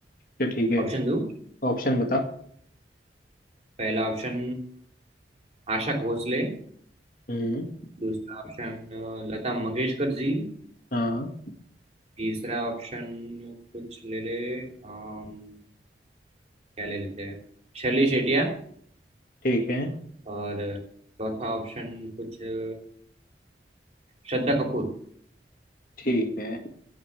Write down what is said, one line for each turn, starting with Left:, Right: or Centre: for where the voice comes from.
Left: है ठीक है
Right: ऑप्शन दो
Left: ऑप्शन बता
Right: पहला ऑप्शन आशा भोसले
Left: हम्म
Right: दूसरा ऑप्शन लता मंगेशकर जी
Left: हाँ
Right: तीसरा ऑप्शन कुछ ले ले अम, क्या ले लेते हैं शर्ली शेटिया
Left: ठीक है
Right: और चौथा ऑप्शन कुछ अ, श्रद्धा कपूर
Left: ठीक है